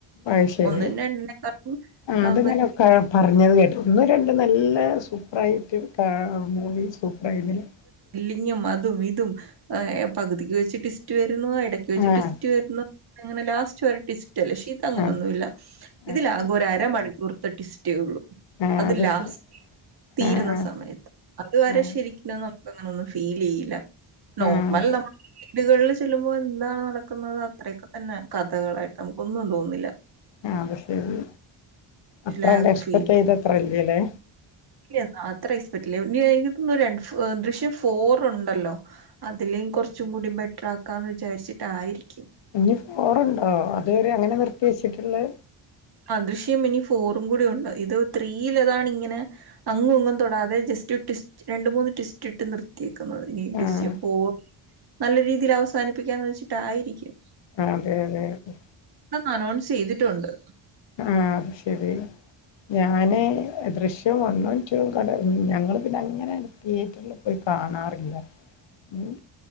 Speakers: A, on the left; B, on the right.
A: ആ ശരി
B: ഒന്നിനും രണ്ടിനേക്കാളും
A: ആ
B: ആഹ്
A: അതങ്ങനെ
B: വലുതാ
A: പറഞ്ഞത് കേട്ടൂ ണ്ട് നല്ല സൂപ്പറായിട്ട് കാണാം മൂവി സൂപ്പറായി <unintelligible>
B: കഞ്ഞം അതും ഇതും ഏ പകുതിക്ക് വെച്ചിട്ട് ട്വിസ്റ്റ് വരുന്നു ഇടയ്ക്ക് വെച്ചിട്ട്
A: ആഹ്
B: ട്വിസ്റ്റ് വരുന്നു അങ്ങനെ ലാസ്റ്റ് ഒരു ട്വിസ്റ്റ് അല്ലേ പക്ഷേ ഇതങ്ങനൊന്നൂല
A: ആഹ്
B: ഇതിലാകെ
A: അത് ശരി
B: ഒരരമണിക്കൂർ ട്വിസ്റ്റേ ഇള്ളൂ
A: ആഹ്
B: അത് ലാസ്റ്റ്
A: ശരി
B: തീരുന്ന
A: ആഹ്
B: സമയത്ത് അതുവരെ
A: ആഹ്
B: ശരിക്കും നമുക്ക് അങ്ങനൊന്നും ഫീലെയ്യില്ല നോർമൽ
A: ആഹ്
B: നമ്മ വീടുകളിൽ ചെല്ലുമ്പോൾ എന്താണ് നടക്കുന്നത് അത്രൊക്കെ തന്നെ കഥകളായിട്ട് നമുക്കൊന്നും തോന്നില്ല
A: ആ അത് ശരി അത്രണ്ട്
B: ലാഗ്
A: എക്സ്പെക്ട്
B: ഫീൽ
A: ചെയ്തത്ര ഇല്ലല്ലേ
B: ഇല്ല അത്ര എക്സ്പെക്ടില്ലേ എ <unintelligible> നിക്ക് ര ദൃശ്യം ഫോർ ഉണ്ടല്ലോ അതില് കുറച്ചും കൂടി ബെറ്റർ ആക്കാ എന്ന് വിചാരിച്ചിട്ടായിരിക്കും
A: ഇനി ഫോറുണ്ടോ അതുവരെ അങ്ങനെയാ നിർത്തിവെച്ചിട്ടിള്ളത്
B: ആ ദൃശ്യം ഇനി ഫോറും കൂടി ഉണ്ട് ഇത് ത്രീയിൽ അതാണ് ഇങ്ങനെ അങ്ങും ഇങ്ങും തൊടാതെ ജസ്റ്റ് രണ്ട് മൂന്ന് ട്വിസ്റ്റ് ഇട്ട് നിർത്തിയേക്കുന്നത് ഇനി
A: ആഹ്
B: ദൃശ്യം ഫോർ നല്ല രീതിയിൽ അവസാനിപ്പിക്കാന്ന് വെച്ചിട്ടായിരിക്കും
A: അതെ അതെ അതെ
B: ഇന്ന് അനൗൺസ് ചെയ്തിട്ടുണ്ട്
A: ആ അത് ശരി ഞാന് ദൃശ്യം വണ്ണും ടുവും കണ്ട് ഞങ്ങള് പിന്നെ അങ്ങനെ തിയേറ്ററില് പോയി കാണാറില്ല ഉം